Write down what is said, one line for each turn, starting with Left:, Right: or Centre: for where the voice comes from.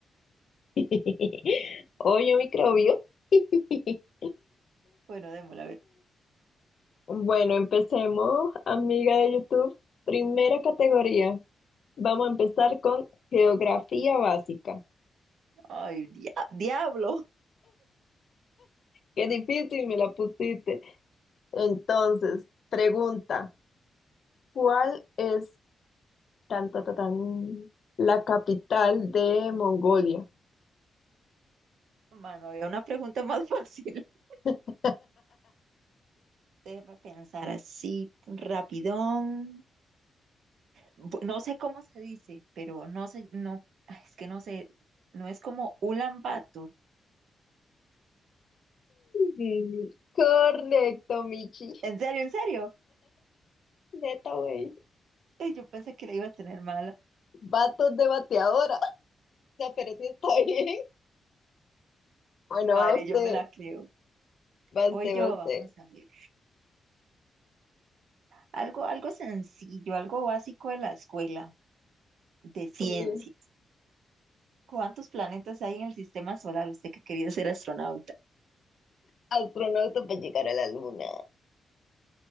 Left: <laughs> Oye, microbio. <laughs>
Right: Bueno, démosle, a ver.
Left: Bueno, empecemos, amiga de YouTube. Primera categoría. Vamos a empezar con geografía básica.
Right: Ay, dia- diablo.
Left: Qué difícil me la pusiste. Entonces, pregunta. ¿Cuál es tan, ta, ta, tan, la capital de Mongolia?
Right: Mano, había una pregunta más fácil. <laughs>
Left: <laughs>
Right: Déjame pensar así, rapidón. Bu- No sé cómo se dice, pero no sé, no, ay, es que no sé, no es como Ulan Bator.
Left: Mm, Correcto, Michi.
Right: ¿En serio, en serio?
Left: Neta, güey.
Right: Ay, yo pensé que la iba a tener mala.
Left: Vatos de bateadora. No, pero sí está <laughs> bien. Bueno,
Right: Madre,
Left: va usted,
Right: yo me la creo.
Left: va
Right: Voy
Left: usted,
Right: yo,
Left: va usted.
Right: vamos a ver. Algo, algo sencillo, algo básico de la escuela, de ciencia.
Left: Mm,
Right: ¿Cuántos planetas hay en el sistema solar? Usted que quería ser astronauta.
Left: Astronauta para llegar a la luna.